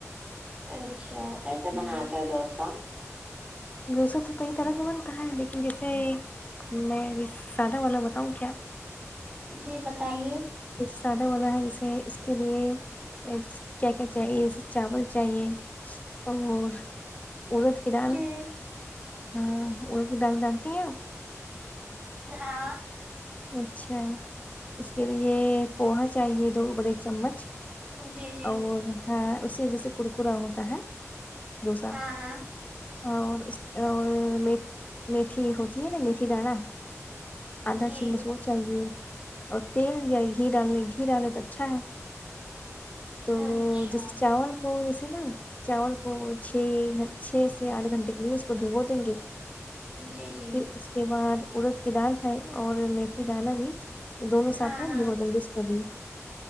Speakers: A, on the right; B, on the left.
A: اچھا کیسے
B: دیکھیں
A: بناتے ہو ڈوسا
B: گوسر تو کئی طرح کا بنتا ہے لیکن جیسے میں اب سادہ والا بتاؤں کیا
A: جی بتائیے
B: سادہ والا ہے جسے اس کے لیے کیا کیا چاہیے ایسے چاول چاہیے اور ارد کی دال
A: جی
B: ہاں ارد کی دال ڈالتی ہیں آپ
A: ہاں
B: اچھا اس کے لیے پوہا چاہیے دو بڑے چمچ
A: جی جی
B: اور ہاں اسے جیسے ککرا ہوتا ہے دوسہ
A: ہاں ہاں
B: اور اس اور میتھی ہوتی ہے نا میتھی دانا آدا
A: جی
B: چاہیے اور تیل یا گھی ڈالنے گھی ڈالے تو اچھا ہے تو
A: اچھا
B: جیسے چاول کو جیسے نا چاول کو چھ گ چھ سے آٹھ گھنٹے کے لیے اس کو بھگو دیں گے
A: جی جی
B: پھر اس کے بعد ارد کی دال ہے اور میتھی دانا مرچ دونوں ساتھ
A: ہاں
B: ہیں
A: ہاں
B: ہیرو ڈنگس کو بھی